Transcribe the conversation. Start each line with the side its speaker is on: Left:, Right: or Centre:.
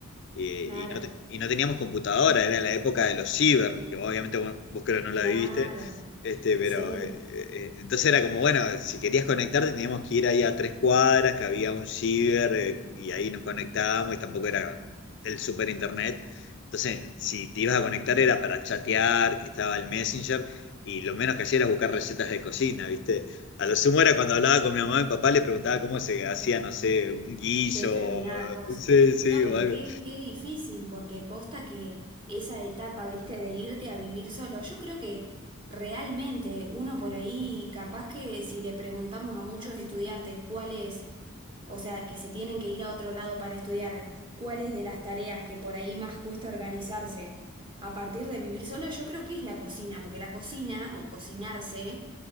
Left: eh,
Right: Claro,
Left: y, no te- y no teníamos computadora, era la época de los ciber, que obviamente vos, vos creo no la
Right: claro.
Left: viviste, este, pero
Right: Sí.
Left: eh, eh, entonces era como, bueno, si querías conectarte teníamos que ir ahí a tres cuadras, que había un ciber, eh, y ahí nos conectábamos, y tampoco era el super internet. Entonces, si te ibas a conectar era para chatear, que estaba el Messenger, y lo menos que hacía era buscar recetas de cocina, ¿viste? A lo sumo era cuando hablaba con mi mamá y mi papá, le preguntaba cómo se hacía, no sé, un guiso,
Right: determinada cosa.
Left: eh, sí, sí,
Right: No, pero
Left: o algo.
Right: qué, qué difícil, porque posta que esa etapa, viste, de irte a vivir solo, yo creo que realmente uno por ahí, capaz que si le preguntamos a muchos estudiantes cuáles, o sea, que se tienen que ir a otro lado para estudiar, cuáles de las tareas que por ahí más cuesta organizarse a partir de vivir solo, yo creo que es la cocina, porque la cocina o cocinarse